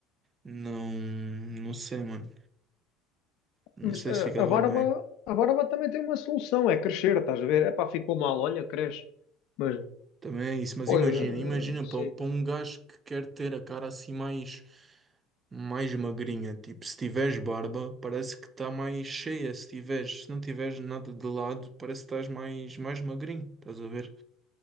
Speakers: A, on the right (about 30°); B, on the left (about 65°).
A: Não, não sei, mano. Não
B: Mas
A: sei
B: ah,
A: se ficava
B: a, barba,
A: bem.
B: a barba também tem uma solução, é crescer, estás a ver? É pá, ficou mal, olha, cresce. Mas
A: Também é isso, mas
B: Pô,
A: imagina,
B: eu,
A: imagina
B: eh, sim.
A: para um, para um gajo que quer ter a cara assim mais, mais magrinha, tipo, se tiveres barba, parece que está mais cheia, se tiveres, se não tiveres nada de lado, parece que estás mais, mais magrinho, estás a ver?